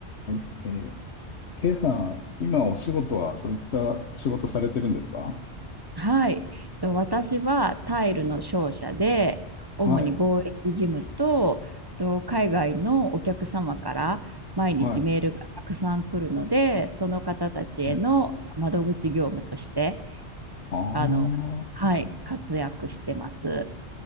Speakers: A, on the left; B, on the right.
A: はい。えー、K さん、今お仕事はどういった仕事されてるんですか
B: はい。と私はタイルの商社で、主に貿易事務と、
A: はい。
B: と海外のお客様から毎日メールがたくさん来るので、
A: は
B: その方たちへの窓口業務として、
A: い。え、ああ、
B: あの、はい、活躍してます。